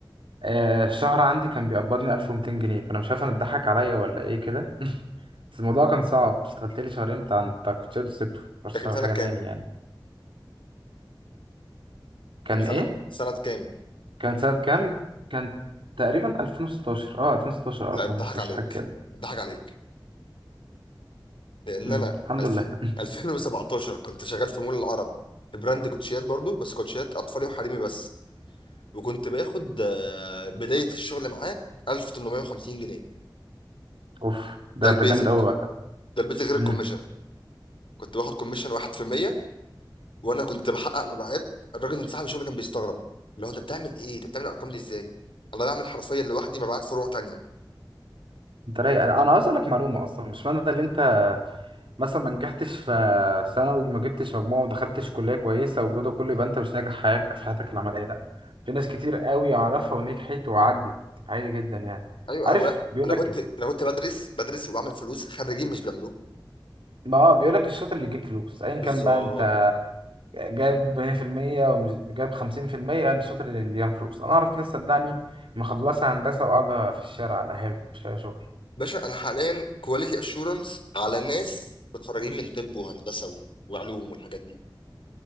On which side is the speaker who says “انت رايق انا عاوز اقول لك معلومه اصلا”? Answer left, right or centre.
Right